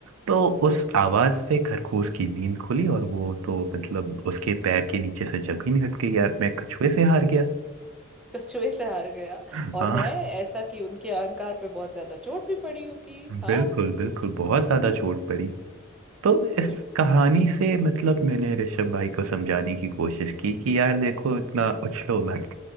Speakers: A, on the right; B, in the centre.
A: तो उस आवाज से खरगोश की नींद खुली और वो तो मतलब उसके पैर के नीचे से जमीन हट गई यार मैं कछुए से हार गया
B: <laughs> कछुए से हार गया
A: हाँ
B: और है ऐसा कि उनके अहंकार पे बहुत ज्यादा चोट भी पड़ी होगी हाँ
A: बिल्कुल बिल्कुल बहुत ज्यादा चोट पड़ी तो
B: हम्म
A: इस कहानी से मतलब मैंने ऋषभ भाई को समझाने की कोशिश की कि यार देखो इतना उछलो मत